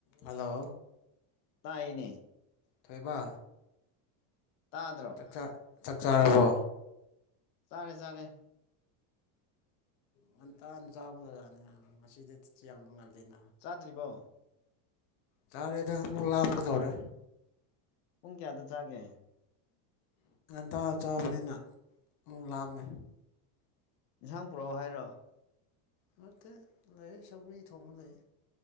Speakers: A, on the left (about 40°); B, on the left (about 80°).
A: Hello
B: ꯄꯥꯏꯅꯦ
A: ꯊꯣꯏꯕ
B: ꯇꯥꯗ꯭ꯔꯣ
A: ꯆꯥꯛꯆꯥ ꯆꯥꯛ ꯆꯥꯔꯕꯣ
B: ꯆꯥꯔꯦ ꯆꯥꯔꯦ
A: ꯉꯟꯇꯥꯅ ꯆꯥꯕꯗꯅꯤꯅ ꯉꯁꯤꯗꯤ ꯆ ꯌꯥꯝꯕ ꯉꯜꯂꯤꯅ
B: ꯆꯥꯗ꯭ꯔꯤꯕꯣ
A: ꯆꯥꯔꯦꯗ ꯑꯃꯨꯛ ꯂꯥꯝꯕ ꯇꯧꯔꯦ
B: ꯄꯨꯡ ꯀꯌꯥꯗ ꯆꯥꯒꯦ
A: ꯇꯥ ꯆꯥꯕꯅꯤꯅ ꯑꯃꯨꯛ ꯂꯥꯑꯃꯦ
B: ꯏꯟꯁꯥꯡ ꯄꯨꯔꯛꯑꯣ ꯍꯥꯏꯔꯣ
A: ꯅ ꯂꯩ ꯁꯧꯒꯔꯤ ꯊꯣꯡꯉ ꯂꯩ